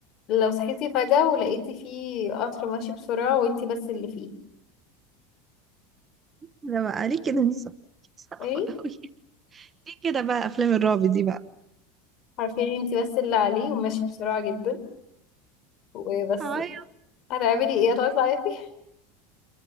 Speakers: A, on the left (about 55°); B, on the right (about 30°).
A: لو صحيتي فجأة ولقيتي فيه قطر ماشي بسرعة وانتي بس اللي فيه
B: ده بقى ليه كده <laughs> صعب
A: ايه
B: قوي ليه كده بقى افلام الرعب دي
A: عارفين انتي بس اللي عليه وماشي بسرعة جدا وبس
B: بقى
A: هتعملي ايه هتعوزي تعيطي <laughs>